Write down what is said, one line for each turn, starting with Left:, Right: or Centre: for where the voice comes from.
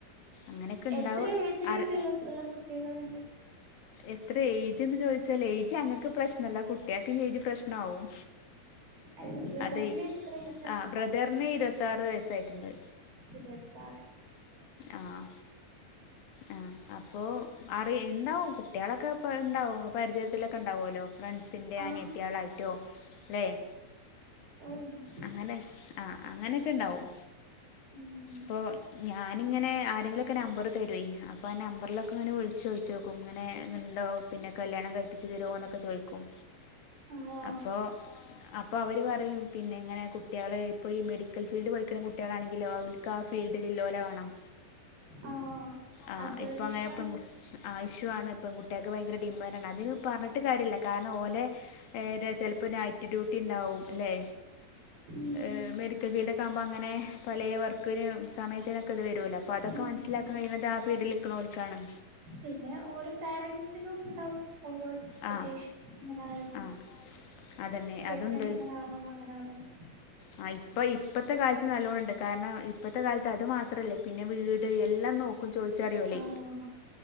Left: അങ്ങനെയൊക്കെ ഉണ്ടാവും
Right: എത്ര ഏജിനുള്ളിള്ള
Left: അറി
Right: ഇള്ള കുട്ടികളെ വേണ്ടെ
Left: എത്ര എയ്ജ്ന്ന് ചോദിച്ചാല് എയ്ജ് അങ്ങക്ക് പ്രശ്നല്ല കുട്ട്യ ക്ക് എയ്ജ് പ്രശ്നിവും
Right: അല്ല ബ്രദറിന്റെ
Left: അതെയ്
Right: എത്ര ഏജാ
Left: ആ ബ്രദർന് ഈര്വത്തി പത്താറ് വയസ്സായിട്ടിണ്ട്
Right: ഇര്വത്താറ്
Left: ആഹ് ആ അപ്പൊ അറീ ഇണ്ടാവും കുട്ട്യാളൊക്കെ ഇപ്പ ഇണ്ടാവും പരിചയത്തിലൊക്കെ ഇണ്ടാവോല്ലോ ഫ്രണ്ട്സിൻന്റെറെ
Right: ആ
Left: ആന്യയത്ത്യാളായിട്ടോ <unintelligible>
Right: ഉണ്ട്
Left: അങ്ങനെ ആഹ് അങ്ങനെക്കെണ്ടാവും
Right: ഉം
Left: പോ ഞാനിങ്ങനെ ആരെങ്കിലൊക്കെ നമ്പറ് തരുവെയ് പ്പൊ നമ്പർലക്കെ ഇങ്ങനെ വിൾച്ചോയ്ച്ചോക്കും ഇങ്ങനെ ഇണ്ടോ പിന്നെ കല്യാണം കയ്പ്പിച്ച് തരോ ന്നൊക്കെ ചോയ്ക്കും
Right: ആ
Left: അപ്പൊ അപ്പൊ അവര് പറയും പിന്നെ ഇങ്ങനെ കുട്ട്യാൾ ഇപ്പോ ഈ മെഡിക്കൽ ഫീൽഡ് പഠിക്ക്ണ കുട്ട്യാളാണെങ്കിലോ അവര്ക്ക് ആ ഫീൽഡില് ഇള്ളൊലെ വാണം.
Right: ആ
Left: ആ
Right: അതൊരു
Left: ഇപ്പ
Right: വിഷയാണ്
Left: അങ്ങനിപ്പ പെ ആവശ്യമാണ് ഇപ്പം പെൺ കുട്ടികൾക്ക് ഇപ്പ ഭയങ്കര ഡിമാൻഡ് ആണ് അതിന് പറഞ്ഞിട്ട് കാര്യമില്ല കാരണം ഓലെ ഇത ചിലപ്പോൾ നൈറ്റ് ഡ്യൂട്ടി ഉണ്ടാവും. അല്ലേ?
Right: ഉം
Left: ഏ മെഡിക്കൽ ഫീഡ് ആകുമ്പോൾ അങ്ങനെ പലേ വർക്കൊരു സമയത്തിനൊക്കെ ഇത് വ ട്ടൂല പ്പതെക്കെ
Right: ഉം
Left: മനസിലാക്കൻ കഴിണ പീഡലിക്കണോളിണിക്കാണ്.
Right: പിന്നെ ഓരോ പോരന്റ്സിനും ണ്ടാവും. ഓരോ എക്സ്പെൻസ്
Left: ആ
Right: ഇങ്ങനെയാകണം.
Left: ആ അതന്നെ
Right: ചെക്കൻ
Left: അതുണ്ട്
Right: ഇങ്ങനെകാണം അങ്ങനാവണന്ന്.
Left: ആ ഇപ്പ ഇപ്പത്തെ കാലത്ത് നല്ലോ ണ്ട്. കാരണം ഇപ്പത്തെ കാലത്ത് അത് മാത്രല്ലേ പിന്നെ വീട് എല്ലാം നോക്ക ചോദിച്ചറിയുല്ലേ?
Right: ആ